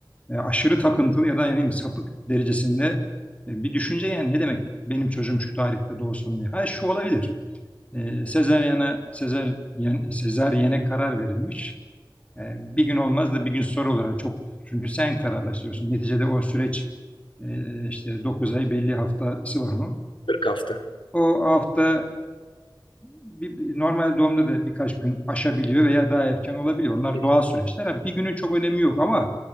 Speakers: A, on the left; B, on the left.
A: e, aşırı takıntılı ya da yani sapık derecesinde e, bir düşünce yani ne demek benim çocuğum şu tarihte doğsun diye. Ha şu olabilir. E, sezeryana, sezeryen, sezeryene karar verilmiş. E, bir gün olmaz da bir gün sonra olur. Yani çok, çünkü sen kararlaştırıyorsun. Neticede o süreç e, işte dokuz ay belli haftası var onun.
B: 40 hafta.
A: O hafta bir, bir- normal doğumda da birkaç gün aşabiliyor veya daha erken olabiliyor. Onlar
B: Hı
A: doğal
B: hı.
A: süreçler. Yani bir günün çok önemi yok ama